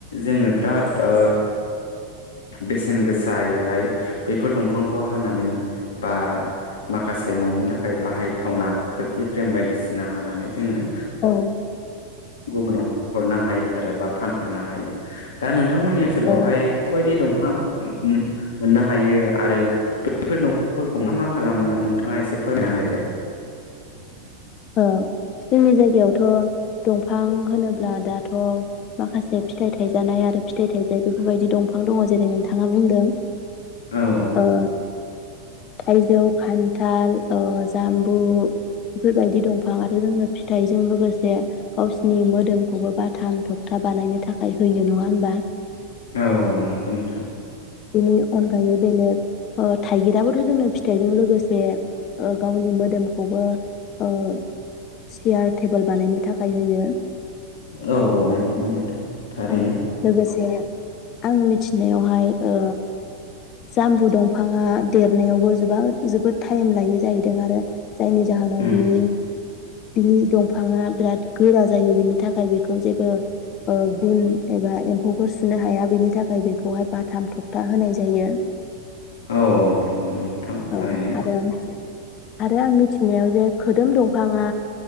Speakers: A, on the left; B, on the left.
A: जोङो बिराद ओ बेसेन गोसा दायोहाय बैफोर दंफांखौ हानानै बा माखासे न'नि थाखाय बाहायथावना खोरखि फ्रेम बायदिसिना हानानै जोङो
B: औ
A: गुबुनाव हरनो हायो आरो बा फानहरनो हायो दा नों नोंथांमोननि ओनसोलावहाय
B: ओ
A: माबायदि दंफां ओम मोननो हायो आरो बैफोर दंफांफोरखौ मा मा खालामो नोंथाङा एसे फोरमायना होदे।
B: ओ जोंनि जायगायावथ' दंफां होनोब्ला दाथ' माखासे फिथाइ थाइजानाय आरो फिथाइ थाइजायि जेरै नोंथांआ बुंदों
A: औ औ
B: ओ थाइजौ खान्थाल ओ जाम्बु। बेफोरबायदि दंफां आरो जोंनो फिथाइजों लोगोसे गावसिनि मोदोमखौबो बाथाम थखथा बानायनो थाखाय होयो नङा होनबा?
A: औ औ नंगौ नोंथां।
B: बिनि अनगायै बेलेग ओ थाइगिराबोथ जोंनो फिथाइजों लोगोसे गावनि मोदोमखौबो ओ सियार टेबोल बानायनो थाखाय होयो
A: औ औ नंगौ नोंथां थारैनो
B: ओ लोगोसे आं मिथिनायावहाय ओ जामबु दंफांङा देरनायावबो जोबा जोबोद टाइम लायो जाहैदों आरो जायनि जा
A: उम
B: बिनि बिनि दंफाङा बिराद गोरा जायो बिनि थाखाय बेखौ जेबो गुन एबा एम्फौफोर सुनो हाया बेनि थाखाय बेखौहाय बाथाम थखथा होनाय जायो
A: औ औ नंगौ नंगौ थां थारैनो
B: औ आरो आरो आं मिथिनायाव जे खोदोम दंफांङा